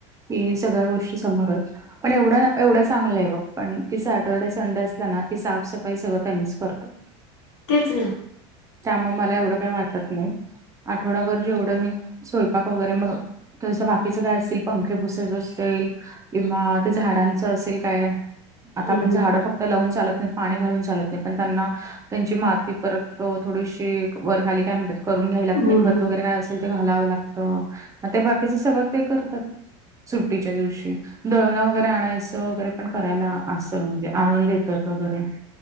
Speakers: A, on the right (about 20°); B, on the left (about 80°).
A: की सगळ्या गोष्टी समोरायत, पण एवढं- एवढं चांगलंय बघ पण कि सॅटर्डे, सं थंड असल ना की साफसफाई सगळं त्यांनीच करतो.
B: तेच ना.
A: त्यामु म मला एवढं काही वाटत नाही आठवडाभर जेवढं मी स्वयंपाक वगैरे मग तसं बाकीच काय असल पंखे पुुसाच असेल. किंवा ते झाडांचं असेल काय, आता
B: हम्म
A: आपण
B: हम्म
A: झाड फक्त लावून चालत नाही, पाणी घालून चालत नाही पण त्यांना त्यांची माती परत थोडीशी वरखाली काय म्हणतात करून घ्यावी लागते,
B: हम्म
A: खत
B: हम्म
A: वगैरे काय अस ल ते घालावं लागत म ते बाकीच सगळं ते करतात. सुट्टीच्या दिवशी दळणं वगैरे आणायचं वगैरे पण करायला असं म्हणजे आणून देतात वगैरे